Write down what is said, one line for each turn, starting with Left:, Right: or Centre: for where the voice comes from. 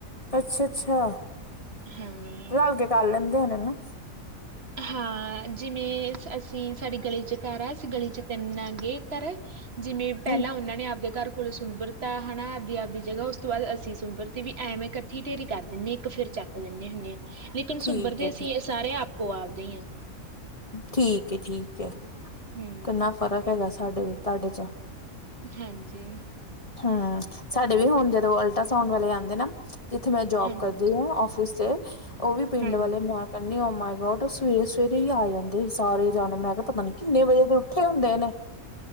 Left: ਅੱਛਾ ਅੱਛਾ
Right: ਹਾਂ।
Left: ਰਲ ਕੇ ਕਰ ਲੈਂਦੇ ਹੋਣੇ ਹਨ ਨਾ
Right: ਹਾਂ ਜਿਵੇਂ ਅਸੀਂ ਸਾਡੀ ਗਲੀ ਚ ਘਰ ਆ ਅਸੀਂ ਗਲੀ ਏਨੇ ਮੈਂਗੇ ਘਰ ਜਿਵੇਂ ਪਹਿਲਾਂ
Left: ਹੂੰ
Right: ਉਹਨਾਂ ਨੇ ਆਪਦੇ ਘਰ ਕੋਲ ਸੁੰਬਦਰਰਤਾ ਹੈਾ ਆਪਦੀ ਆਪਦੀ ਜਗ੍ਹਾ ਉਸ ਤੋਂ ਬਾਅਦ ਅਸੀਂ ਸੁੰਬਰਤੀ ਵੀ ਐਵੇਂ ਇਕੱਠੀ ਢੇਰੀ ਕਰ ਦਿੰਦੇ ਹਾਂ ਇੱਕ ਫਿਰਰ ਚੱਕ ਦਿੰਦੇ ਹੁੰਦੇ ਹਾਂ ਲੇਕਿਨ
Left: ਠੀਕ
Right: ਸੁੰਬਰ
Left: ਹੈ
Right: ਦੇ ਅਸੀਂ
Left: ਠੀਕ
Right: ਸਾਰੇ ਆਪ ਉਹ ਆਪਦੇ ਆ।
Left: ਠੀਕ ਹੈ- ਠੀਕ ਹੈ।
Right: ਹਮ
Left: ਕਿੰਨਾ ਫ਼ਰਕ ਹੈ। ਸਾਡੇ ਤੁਹਾਡੇ ਚ।
Right: ਹਾਂਜੀ।
Left: ਹਾਂ। ਸਾਡੇ ਵੀੁਣ ਕਦੋਂ ਅਲਟਰਾਸਾਂਡ ਵਾਲੇ ਆਂਦੇ ਦੇ ਨਾ ਜਿੱਥੇ ਮੈਂ ਜੋਬ
Right: ਹਾਂਜੀ
Left: ਕਰਦੀ ਹਾਂ ਆਫਿਸ ਤੇ ਉਹ ਵੀ ਪਿੰਡ
Right: ਹਾਂਜੀ
Left: ਵਾਲੇ ਨਾ ਕਰ ਓ ਮਾਈ ਗੋਡ ਸਵੇਰੇ ਸਵੇਰੇ ਹੀ ਆ ਜਾਂਦੇ ਸੀ ਸਾਰੇ ਜਾਣੇ ਮੈਂ ਪਤਾ ਨੀ ਕਿੰਨੇ ਵਜੇ ਦੇ ਉੱਠੇ ਹੁੰਦੇ ਨੇ